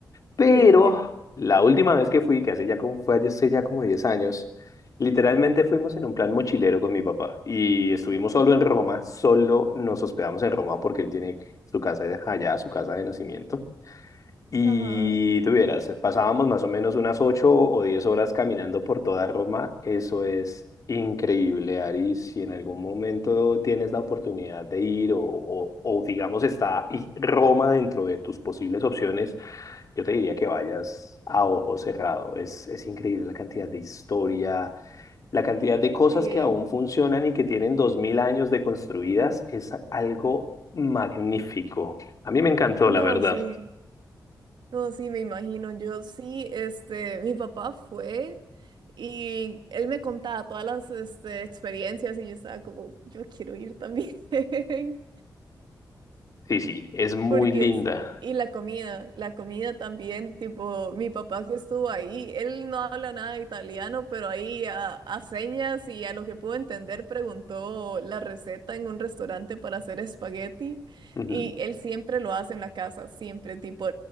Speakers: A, on the left; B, on the right.
A: Pero
B: Sí. <laughs>
A: la última vez que fui, que hace ya como, fue hace ya como 10 años, literalmente fuimos en un plan mochilero con mi papá y estuvimos solo en Roma, solo nos hospedamos en Roma porque él tiene su casa allá, su casa de nacimiento. Y
B: Ajá.
A: tuvieras, pasábamos más o menos unas ocho o diez horas caminando por toda Roma. Eso es increíble, Ari. Si en algún momento tienes la oportunidad de ir o, o, o, digamos está y- Roma dentro de tus posibles opciones, yo te diría que vayas a ojo cerrado. Es, es increíble la cantidad de historia, la cantidad de cosas
B: Sí.
A: que aún funcionan y que tienen dos mil años de construidas. Es algo magnífico. A mí me encantó,
B: No,
A: la verdad.
B: sí. No, sí, me imagino. Yo sí, este, mi papá fue y él me contaba todas las, este, experiencias y yo estaba como, yo quiero ir también. <laughs>
A: Sí, sí, es muy
B: Porque,
A: linda.
B: es- y la comida, la comida también, tipo, mi papá que estuvo ahí, él no habla nada de italiano, pero ahí a, a señas y a lo que pudo entender preguntó la receta en un restaurante para hacer espagueti
A: Ujú.
B: y él siempre lo hace en la casa, siempre, tipo,